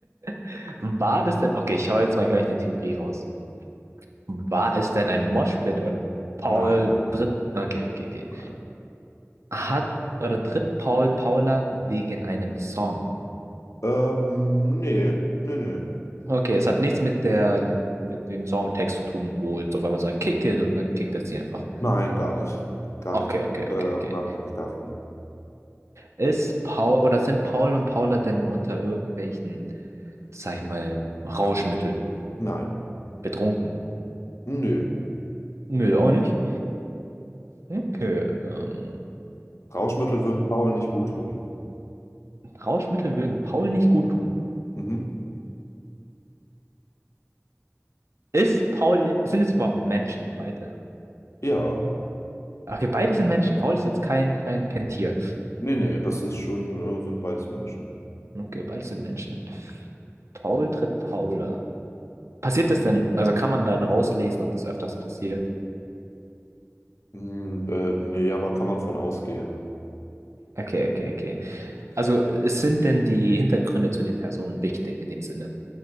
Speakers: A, on the right (about 65°); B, on the left (about 65°).
A: <laughs> War das denn? Okay, ich hau jetzt mal gleich eine Theorie raus. War es denn ein Moshpit und Paul
B: Nein, nein, nein,
A: tritt? Okay, okay, okay.
B: nein.
A: Hat oder tritt Paul Paula wegen einem Song?
B: Ähm, nee, nee, nee.
A: Okay, es hat nichts mit der, mit dem Songtext zu tun, wo jetzt auf einmal sagt Kick it und dann kickt er sie einfach.
B: Nein, gar nicht. Gar
A: Okay,
B: nicht,
A: okay,
B: äh,
A: okay,
B: unabhängig
A: okay.
B: davon.
A: Ist Paul oder sind Paul und Paula denn unter irgendwelchen, sag ich mal, Rauschmittel
B: Nein.
A: betrunken?
B: Nö.
A: Nö, auch nicht. Okay, ähm,
B: Rauschmittel würden Paul nicht gut tun.
A: Rauschmittel würden Paul nicht gut tun.
B: Mhm.
A: Ist Paul, sind es überhaupt Menschen beide?
B: Ja.
A: Okay, beide sind Menschen. Paul ist jetzt kein, kein, kein Tier.
B: Nee, nee, das ist schon, äh, sind beides Menschen.
A: Okay, beide sind Menschen. Paul tritt Paula. Passiert das denn, also kann man dann rauslesen, ob das öfters passiert?
B: Hm, äh, nee, aber kann man von ausgehen.
A: Okay, okay, okay. Also es sind denn die Hintergründe zu den Personen wichtig in dem Sinne?